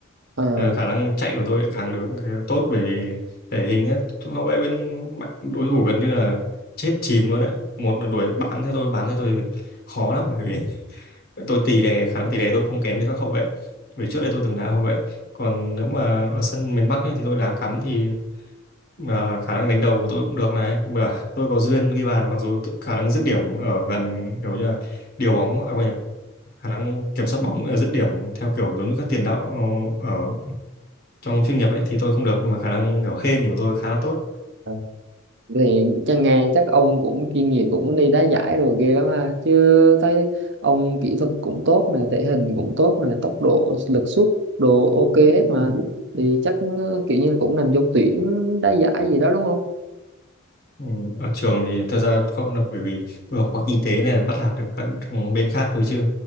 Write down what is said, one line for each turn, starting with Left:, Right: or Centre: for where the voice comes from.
Right: Ờ,
Left: Ờ, khả năng chạy của tôi lại càng được tốt bởi vì thể hình ấy, hậu vệ bên bạn- đối thủ gần như là chết chìm luôn đấy một là đuổi bám theo tôi bám theo tôi khó lắm bởi vì <laughs> tôi tì đè khả năng tì đè tôi không kém như các hậu vệ bởi trước đây tôi từng đá hậu vệ còn nếu mà ở sân miền Bắc ấy, thì tôi đá cắm thì ờ, khả năng đánh đầu của tôi cũng được này mà tôi có duyên ghi bàn mặc dù tự- khả năng dứt điểm ở gần kiểu như là điều bóng à, quên nhầm, khả năng kiểm soát bóng cũng dứt điểm theo kiểu giống như các tiền đạo ờ, ở trong chuyên nghiệp ấy thì tôi không được nhưng mà khả năng kiểu hên của tôi khá là tốt
Right: ờ, thì chắc nghe chắc ông cũng chuyên nghiệp cũng đi đá giải rồi ghê lắm ha chứ thấy ông kỹ thuật cũng tốt nè thể hình cũng tốt nè tốc độ lực sút đồ ok hết mà thì chắc kiểu như cũng nằm trong tuyển đá giải gì đó đúng không
Left: ừ, ở trường thì thật ra không được bởi vì tôi học khoa kinh tế này bắt nạt được các bên khác thôi chứ